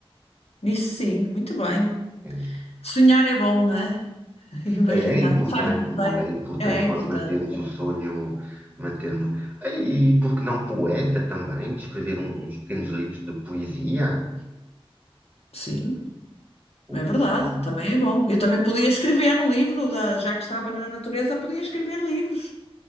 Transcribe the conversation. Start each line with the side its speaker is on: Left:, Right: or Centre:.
Left: Isso sim, muito bem.
Right: É.
Left: Sonhar é bom, não é? <laughs> Imaginar,
Right: É, é importante,
Left: faz muito bem.
Right: é importante
Left: É importante.
Right: nós mantermos o sonho, mantermos. E, e por que não poeta também? Escrever um- uns pequenos livros de poesia?
Left: Sim,
Right: Ou-
Left: é verdade, também é bom. Eu também podia escrever um livro, da- já que estava na natureza, podia escrever livros.